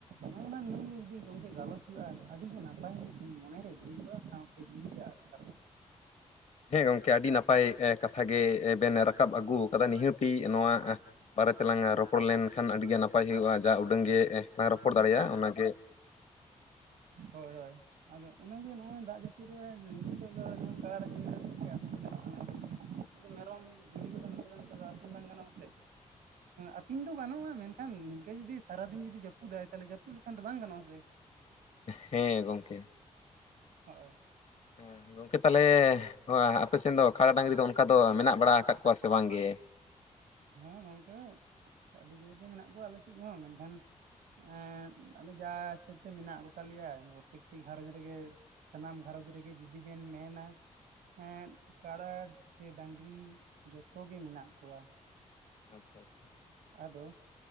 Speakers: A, on the right; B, on the left.
A: ᱱᱚᱜᱼᱱᱟ ᱱᱤᱭ ᱜᱮ ᱡᱩᱫᱤ ᱜᱚᱝᱠᱮ ᱜᱟᱞᱚᱪ ᱦᱩᱭᱩᱜᱼᱟ ᱟᱹᱰᱤ ᱜᱮ ᱱᱟᱯᱟᱭ ᱢᱤᱫᱴᱤᱡ ᱢᱚᱱᱮᱨᱮ ᱵᱩᱡᱟᱹᱜᱼᱟ ᱥᱟᱶ ᱛᱮ ᱡᱤᱶᱤ ᱨᱮ ᱟᱴᱠᱟᱨᱚᱜᱼᱟ᱾
B: ᱦᱮᱸ ᱜᱚᱝᱠᱮ ᱟᱹᱰᱤ ᱱᱟᱯᱟᱭ ᱠᱟ ᱠᱟᱛᱷᱟᱜᱮ ᱵᱮᱱ ᱨᱟᱠᱟᱵ ᱟᱹᱜᱩ ᱟᱠᱟᱫᱟ ᱱᱤᱦᱟᱹᱛᱤ ᱱᱚᱣᱟ ᱵᱟᱨᱮ ᱛᱮᱞᱟᱝ ᱨᱚᱯᱚᱲ ᱞᱮᱱ ᱠᱷᱟᱱ ᱟᱹᱰᱤᱜᱮ ᱱᱟᱯᱟᱭ ᱦᱩᱭᱩᱜᱼᱟ ᱡᱟ ᱩᱰᱟᱹᱝ ᱜᱮ ᱞᱟᱝ ᱨᱚᱯᱚᱲ ᱫᱟᱲᱮᱭᱟᱜᱼᱟ
A: ᱵᱟᱠᱚ ᱦᱮᱡ ᱠᱟᱱᱟ᱾
B: <unintelligible>
A: ᱦᱳᱭ ᱦᱳᱭ ᱟᱫᱚ ᱚᱱᱟ ᱜᱮ ᱱᱚᱜᱼᱚᱭ ᱫᱟᱜ ᱡᱟᱹᱯᱩᱫ ᱨᱮ ᱱᱤᱛᱚᱜ ᱫᱚ ᱱᱚᱝᱠᱟ ᱠᱟᱰᱟ ᱰᱟᱝᱨᱤ ᱫᱚ ᱟᱹᱛᱤᱧ ᱜᱟᱱᱚᱜᱼᱟ ᱢᱮᱱᱠᱷᱟᱱ ᱱᱩᱠᱩ ᱢᱮᱨᱚᱢ ᱵᱷᱤᱰᱤ ᱠᱚᱫᱚ ᱱᱩᱠᱩ ᱠᱚᱫᱚ ᱟᱹᱛᱤᱧ ᱵᱟᱝ ᱜᱟᱱᱚᱜ ᱟᱥᱮ᱾ ᱟᱹᱛᱤᱧ ᱫᱚ ᱜᱟᱱᱚᱜᱼᱟ ᱢᱮᱱᱠᱷᱟᱱ ᱱᱤᱝᱠᱟᱹ ᱡᱩᱫᱤ ᱥᱟᱨᱟᱫᱤᱱ ᱡᱩᱫᱤ ᱡᱟᱹᱯᱩᱫ ᱟᱭ ᱛᱟᱦᱚᱞᱮ ᱡᱟᱹᱯᱩᱫ ᱞᱮᱠᱷᱟᱱ ᱫᱚ ᱵᱟᱝ ᱜᱟᱱᱚᱜᱼᱟ ᱥᱮ᱾
B: ᱦᱮᱸ ᱜᱚᱢᱠᱮ
A: ᱦᱳᱭ
B: ᱦᱮᱸ ᱜᱚᱝᱠᱮ ᱛᱟᱦᱚᱞᱮ ᱱᱚᱣᱟ ᱟᱯᱮᱥᱮᱱ ᱫᱚ ᱠᱟᱲᱟ ᱰᱟᱹᱝᱨᱤ ᱫᱚ ᱚᱱᱠᱟ ᱫᱚ ᱢᱮᱱᱟᱜ ᱵᱟᱲᱟ ᱟᱠᱟᱫ ᱠᱚᱣᱟ ᱥᱮ ᱵᱟᱝ ᱜᱮ?
A: ᱦᱮᱸ ᱜᱚᱝᱠᱮ ᱟᱹᱰᱤ ᱡᱳᱨ ᱜᱮ ᱢᱮᱱᱟᱜ ᱠᱚᱣᱟ ᱟᱞᱮᱥᱮᱫ ᱦᱚᱸ ᱢᱮᱱᱠᱷᱟᱱ ᱮᱸ ᱟᱞᱮ ᱡᱟ ᱦᱤᱥᱟᱹᱵ ᱛᱮ ᱢᱮᱱᱟᱜ ᱠᱚᱛᱟᱞᱮᱭᱟ ᱯᱨᱚᱛᱮᱠᱴᱤ ᱜᱷᱟᱨᱚᱸᱧᱡᱽ ᱨᱮᱜᱮ ᱥᱟᱱᱟᱢ ᱜᱷᱟᱨᱚᱸᱡᱽ ᱨᱮᱜᱮ ᱡᱩᱫᱤ ᱵᱮᱱ ᱢᱮᱱᱟ ᱮᱸ ᱠᱟᱬᱟ ᱥᱮ ᱰᱟᱝᱨᱤ ᱡᱚᱛᱚ ᱜᱮ ᱢᱮᱱᱟᱜ ᱠᱚᱣᱟ
B: ᱟᱪᱪᱷᱟ ᱟᱪᱪᱷᱟ
A: ᱟᱫᱚ